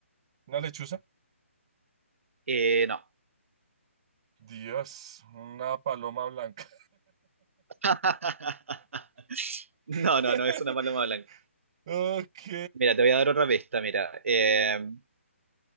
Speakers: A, on the right; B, on the right.
A: Una lechuza.
B: eh, no.
A: Dios, una paloma blanca.
B: <laughs> No,
A: <laughs>
B: no, no, es una paloma blanca.
A: Ok,
B: Mira, te voy a dar otra pista, mira. Eh,